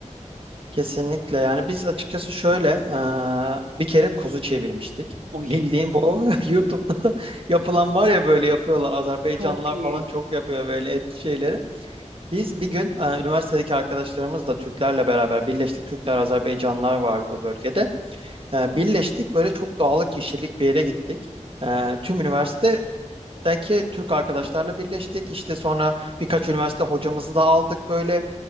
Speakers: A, on the right; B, on the right.
A: Kesinlikle yani biz açıkçası şöyle e, bir kere kuzu çevirmiştik.
B: Oy.
A: Bildiğin bu <laughs> YouTube'da <laughs> yapılan var ya böyle yapıyorlar Azerbaycanlılar
B: Çok iyi.
A: falan çok yapıyor böyle et şeyleri. Biz bir gün e, üniversitedeki arkadaşlarımızla Türklerle beraber birleştik. Türkler, Azerbaycanlılar vardı o bölgede. E,
B: Hı,
A: birleştik böyle çok dağlık kişilik bir yere gittik. E, tüm üniversitedeki Türk arkadaşlarla birleştik. İşte sonra birkaç üniversite hocamızı da aldık böyle.